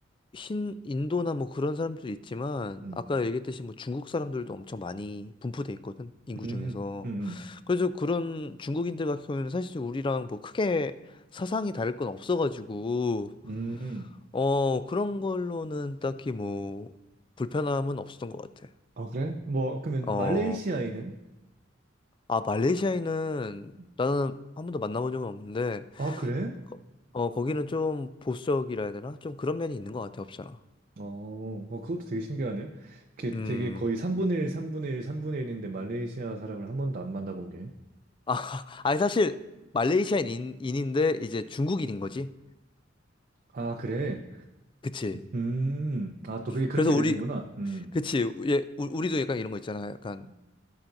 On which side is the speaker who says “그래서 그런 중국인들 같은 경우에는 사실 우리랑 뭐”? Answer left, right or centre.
Left